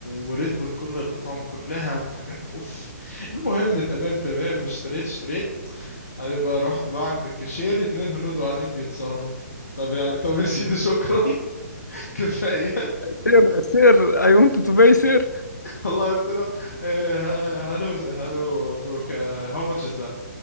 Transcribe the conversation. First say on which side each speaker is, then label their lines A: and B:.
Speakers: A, on the left; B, on the left.
A: وريد بول كل الأطعم كلها وحاجات أوف المهم تمام تمام اشتريت اشتريت بعدين بقى رحت بقى عند الكاشير اتنين هنود قاعدين بيتسهروا طب يا طب يا سيدي شكرا <laughs> كفاية
B: سير سير اي ونت تو باي سير
A: والله قلت له آه، هلو هلو بروك هاو ماتش از ذات